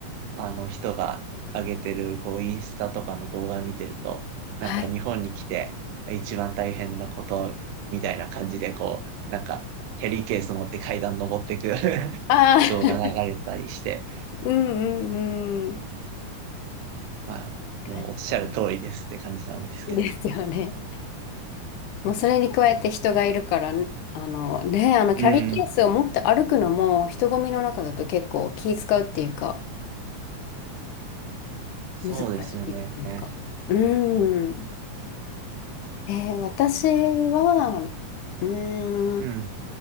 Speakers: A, on the right; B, on the left.
A: あの人が上げてる、こう、インスタとかの動画見てると、なんか日本に来て、
B: はい。
A: 一番大変なこと、みたいな感じで、こう、なんか、キャリーケース持って階段登ってく <laughs>
B: ああ、<laughs>
A: 動画流れたりして、
B: うんうんうん。
A: まあ、
B: 確かにね。
A: もうおっしゃる通りですって感じなんですけど。
B: ですよね。もうそれに加えて人がいるから、あの、ね、あの、キャリーケースを持って歩くのも人混みの中だと結構気使うっていうか、
A: うん、そうですよね。
B: 難しいっていうか。
A: ね
B: うん。えー私は、うーん、
A: うん。